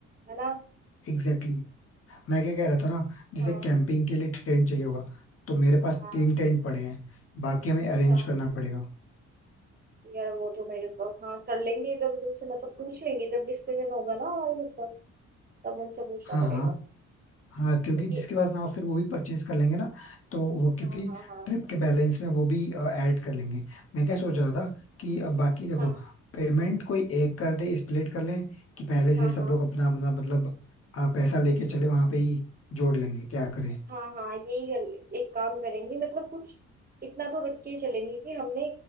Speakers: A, on the right; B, on the left.
A: है ना
B: Exactly exactly. मैं क्या कह रहा था ना जैसे
A: हाँ
B: कैंपिंग के लिए टेंट चाहिए होगा तो मेरे पास
A: हाँ
B: तीन टेंट पड़े हैं बाकी हमें
A: अच्छा
B: अरेंज करना पड़ेगा
A: यार वो तो मेरे पास हाँ कर लेंगे इधर उधर से मतलब पूछ लेंगे जब डिस्कशन होगा ना हमारे ऊपर तब उनसे पूछना
B: हाँ
A: पड़ेगा
B: हाँ हाँ क्योंकि
A: तो
B: जिसके
A: ये
B: पास ना हो फिर वो भी परचेज कर लेंगे ना तो वो क्योंकि
A: हाँ हाँ हाँ
B: ट्रिप के बैलेंस में वो भी ऐड कर लेंगे मैं क्या सोच रहा था कि अब बाकी देखो
A: हाँ
B: पेमेंट कोई एक कर दे स्प्लिट कर लें कि पहले से
A: हाँ
B: ही सब
A: हाँ
B: लोग अपना अपना मतलब अ, पैसा लेके चले वहां पे ही जोड़ लेंगे क्या करें
A: हाँ हाँ यही कर ले एक काम करेंगे मतलब कुछ इतना तो रख के ही चलेंगे कि हमने